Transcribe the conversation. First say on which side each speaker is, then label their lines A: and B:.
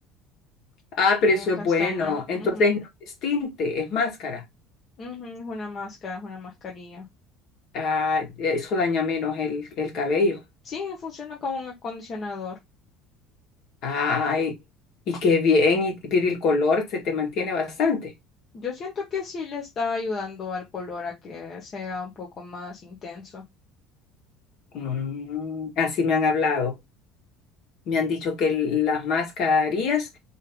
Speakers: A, on the left; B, on the left.
A: Ah, pero
B: eh,
A: eso es
B: castaño.
A: bueno. Entonces
B: ujú,
A: no es tinte, es máscara.
B: ujú, es una máscara, es una mascarilla.
A: Ah, eso daña menos el, el cabello.
B: Sí, funciona como un acondicionador.
A: Ay, y qué bien, y, pero el color se te mantiene bastante.
B: Yo siento que sí le está ayudando al color a que sea un poco más intenso.
A: Mm, así me han hablado. Me han dicho que el- las mascarillas